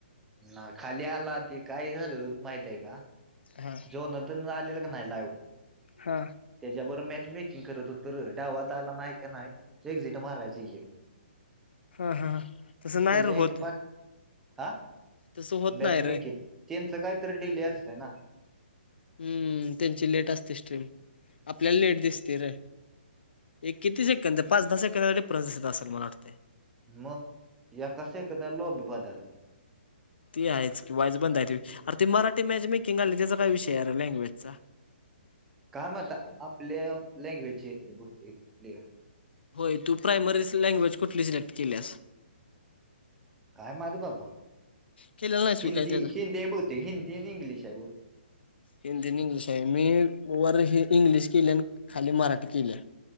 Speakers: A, in the centre; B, on the left.
A: ना खाली आला की काय झाल माहित आहे का?
B: हम्म
A: डोना त्यांना आलेल का नाही लाइव.
B: हा.
A: त्याच्याबर मॅच मेकिंग करत होतो र! डावात आला नाही की नाही, एक्झिट मारायची येऊन.
B: हा हा तसं नाही
A: त्याज्यायान
B: रे होत
A: पाक आ!
B: तसं होत
A: मॅच
B: नाही रे
A: मेकींग त्यांच काहीतरी डिले असतंय ना.
B: ह्म त्यांची लेट असते स्ट्रीम. आपल्याला लेट दिसते र! एक किती सेकंद, पाच-दहा सेकंदाचा डीफ्रन्स दिसत असंल मला वाटतय
A: म एका सेकंदाला नोंदी बदलली
B: ती आहेच की वाईज बंद आहे ती अर ते मराठी मॅच मेकिंग आली त्याचा काय विषय आरे लँग्वेजचा
A: काय म्हणता आपल्या लँग्वेजची येतेत बहुतेक प्लेयर
B: होय तू प्रायमरीज लँग्वेज कुठली सिलेक्ट केल्यास
A: काय माहीती बाबा.
B: केलेला नाहीस
A: हिंदी-हिंदी
B: होय काय त्याचं?
A: आहे बहुतेक, हिंदी आणि इंग्लिश आहे बहु
B: हिंदीन-इंग्लिश आहे. मी वर ही इंग्लिश केल्यान, खाली मराठी केल्या.